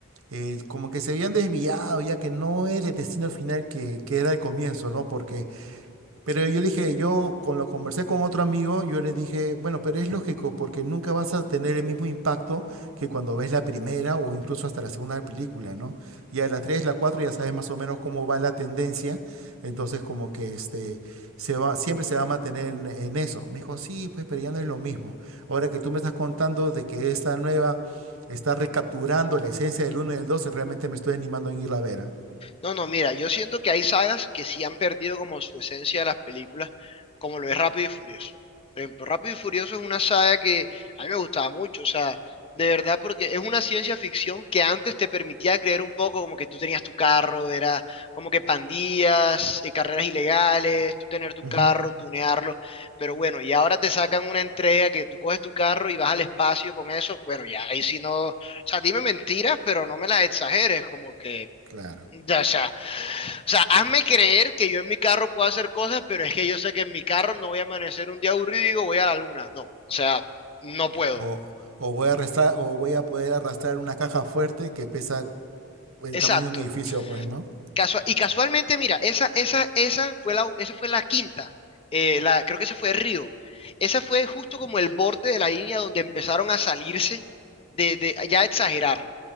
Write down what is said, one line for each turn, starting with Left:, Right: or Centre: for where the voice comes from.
Right: eh, como que se habían desviado, ya que no era el destino final que, que era el comienzo, ¿no? Porque Pero yo le dije, yo con lo conversé con otro amigo, yo le dije, bueno, pero es lógico, porque nunca vas a tener el mismo impacto que cuando ves la primera o incluso hasta la segunda película, ¿no? Ya la tres, la cuatro, ya sabes más o menos cómo va la tendencia, entonces como que este, se va, siempre se va a mantener en, en eso. Me dijo, sí, pues, pero ya no es lo mismo. Ahora que tú me estás contando de que esta nueva está recapturando la esencia del uno y del dos, realmente me estoy animando en ir a ver, ¿ah?
Left: No, no, mira, yo siento que hay sagas que sí han perdido como su esencia de las películas, como lo es Rápido y Furioso. Por ejemplo, Rápido y Furioso es una saga que a mí me gustaba mucho, o sea, de verdad, porque es una ciencia ficción que antes te permitía creer un poco como que tú tenías tu carro, era como que pandillas, eh, carreras ilegales, tú tener tu
Right: Ujú,
Left: carro, tunearlo, pero bueno, y ahora te sacan una entrega que tú coges tu carro y vas al espacio con eso, bueno, ya ahí sí no, o sea, dime mentiras, pero no me las exageres, como que
Right: claro.
Left: ya, o sea, o sea, hazme creer que yo en mi carro puedo hacer cosas, pero es que yo sé que en mi carro no voy a amanecer un día aburrido y digo, voy a la luna. No, o sea, no puedo.
Right: O, o voy a arrastrar, o voy a poder arrastrar una caja fuerte que pesa el
Left: Exacto.
Right: tamaño de un edificio, pues, ¿no?
Left: Casua- y casualmente, mira, esa, esa, esa fue la, esa fue la quinta. Eh, la, creo que esa fue Río. Esa fue justo como el borde de la línea donde empezaron a salirse de, de ya a exagerar.